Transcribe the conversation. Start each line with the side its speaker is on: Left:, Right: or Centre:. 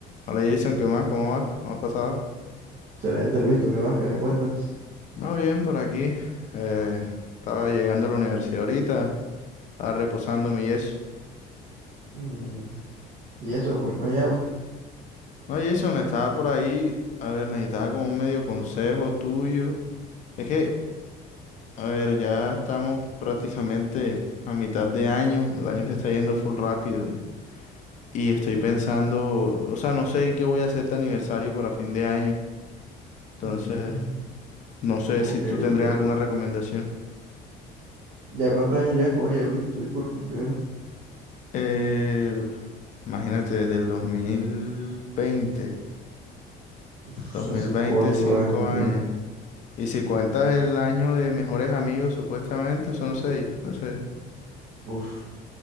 Left: Hola Jason, ¿qué más? ¿Cómo vas? ¿Cómo has pasado?
Right: Excelente, Luis, ¿tú qué vas? ¿Qué me cuentas?
Left: No, bien, por aquí. Eh, estaba llegando a la universidad ahorita, estaba reposando mi yeso.
Right: Mm, ¿y eso? ¿Por qué me llamas?
Left: No, Jason, estaba por ahí, a ver, necesitaba como un medio consejo tuyo. Es que, a ver, ya estamos prácticamente a mitad de año, el año se está yendo full rápido y, y estoy pensando, o sea, no sé qué voy a hacer de aniversario para fin de año, entonces
Right: Mm,
Left: no sé
Right: ok,
Left: si tú tendrías
Right: ok.
Left: alguna recomendación.
Right: ¿Ya cuántos años llevas con ella, Luis? Tu disculpa primero.
Left: Eh, imagínate, del dos dos mil veinte
Right: Uf,
Left: dos
Right: hace
Left: mil veinte
Right: cinco años
Left: cinco
Right: van a cumplir.
Left: años. Y si cuentas el año de mejores amigos, supuestamente son seis. Entonces,
Right: Uf,